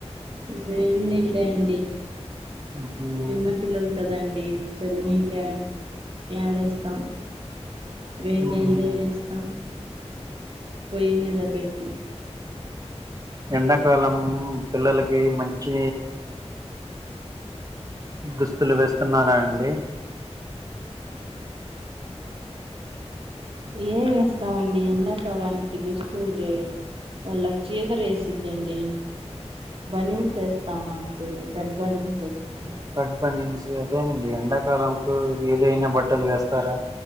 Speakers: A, on the right (about 55°); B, on the right (about 30°).
A: వేడ్నీళ్ళే అండి
B: మ్మ్.
A: చిన్న పిల్లల్ కదండి చనీళ్ళ యాడేస్తాం వేడి
B: మ్మ్.
A: నీళ్లు వేస్తాం పొయ్యి మీద పెట్టి
B: ఎండాకాలం పిల్లలకి మంచి దుస్తులు వేస్తున్నారా అండి
A: ఏ వేస్తామండి ఎండాకాలానికి దుస్తులే వాళ్ళకు చీదర వేసిదండి బనీన్ చేస్తామండి కట్ బనిన్స్ వేస్తాను
B: కట్ బనిన్స్ అదేనండి ఎండ కాలంలో వీలైన బట్టలు వేస్తారా